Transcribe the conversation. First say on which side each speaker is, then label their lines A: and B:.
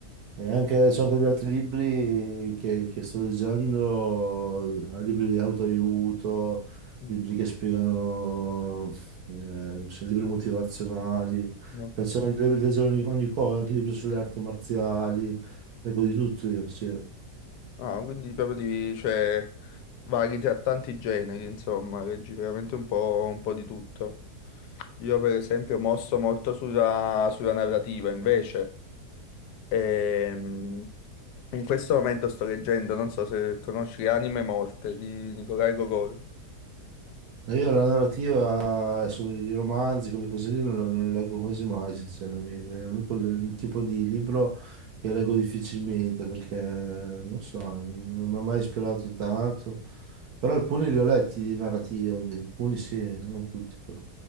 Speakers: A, on the right (about 65°); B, on the left (about 85°).
A: E anche, c'ho anche degli altri libri che, che sto leggendo, eh, libri di autoaiuto,
B: mm,
A: libri che spiegano, eh, come si- libri motivazionali. Mi
B: ok.
A: Piacciono di leggere ogni, ogni cosa, anche libri sulle arti marziali, leggo di tutto io, sì.
B: Ah, quindi proprio di, cioè, vari tra tanti generi, insomma, leggi veramente un po', un po' di tutto. Io per esempio mosso molto sulla, sulla narrativa, invece. Ehm, in questo momento sto leggendo, non so se conosci Anime Morte di Nikolai Gogol.
A: No, Io la narrativa sui romanzi, quelle cose lì, non, la- non le leggo quasi mai, sinceramente. È l'unico il tipo di libro che leggo difficilmente perché, non so, non mi ha mai ispirato tanto. Però alcuni li ho letti di narrativa, di- alcuni sì, non tutti però.